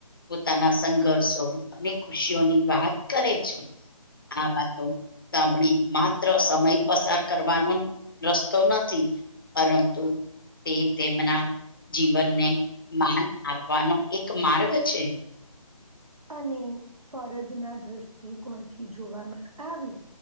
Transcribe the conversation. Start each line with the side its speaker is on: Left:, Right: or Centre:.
Left: પોતાના સંઘર્ષો અને ખુશીઓની વાત કરે છે આ વાત સાભણી માત્ર સમય પસાર કરવાનો રસ્તો નથી પરંતુ, તે તેમના જીવનને માન આપવાનો એક માર્ગ છે.
Right: અને ફરજ ના દ્રષ્ટિકોણથી જોવામાં આવી,